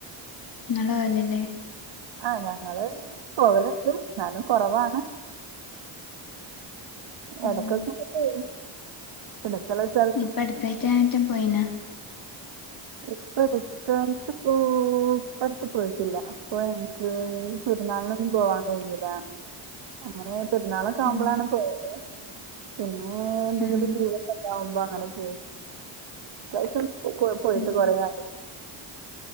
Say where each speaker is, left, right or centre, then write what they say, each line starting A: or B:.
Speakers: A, on the left; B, on the right.
A: ങ്ങളോവലില്ലേ
B: ആഹ് ഞങ്ങള് പോവല്ണ്ട് ന്നാലും കുറവാണ്
A: ഉം
B: ഇടയ്ക്കൊക്കെ പോവും <unintelligible>
A: ഇപ്പടുത്തെയിറ്റാറ്റം പോയീന
B: ഇപ്പൊ ഇപ്പടുത്തായിട് പോ ഇപ്പടത്ത് പോയിട്ടില്ല പ്പൊ ൻക്ക് പെരുന്നാൾനൊന്നും പോവാൻ കഴിഞ്ഞില ഞങ്ങള് പെരുന്നാളൊക്കെ ആവുമ്പോളാണ്
A: ഉം
B: പോവല് പിന്നെ ന്തെങ്കിലും
A: ആഹ്
B: <unintelligible> ആവുമ്പോ അങ്ങനെ പോ <unintelligible> തു
A: ഉം
B: കൊറേ ആയി